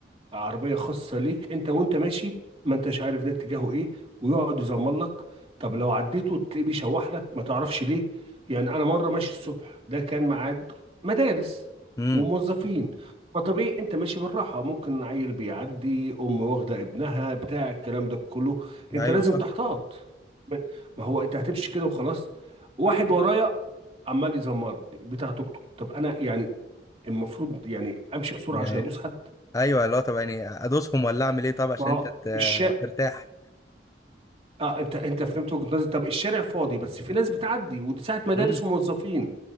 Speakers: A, on the right; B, on the left.
A: عربية خاصة ليك انت وانت ماشي ما انتش عارف ده اتجاهه ايه ويقعد يزمر لك طب لو عديته تلاقيه بيشوح لك ما تعرفش ليه يعني انا مرة ماشي الصبح ده كان ميعاد مدارس
B: امم
A: وموظفين فطبيعي انت ماشي بالراحة ممكن عيل بيعدي ام واخدة ابنها بتاع الكلام ده كله
B: ده
A: انت
B: ايوه
A: لازم
B: صح
A: تحتاط ما ما هو انت هتمشي كده وخلاص واحد ورايا عمال يزمر لي بتاع توك توك طب انا يعني المفروض يعني امشي بسرعة
B: يعني
A: عشان يدوس حد
B: ايوه اللي هو طب يعني ادوسهم ولا اعمل ايه طب عشان
A: ما هو
B: انت ت-
A: الشا
B: ترتاح
A: اه انت انت فهمت وجهة نظري طب الشارع فاضي بس في ناس بتعدي ودي ساعة مدارس
B: امم
A: وموظفين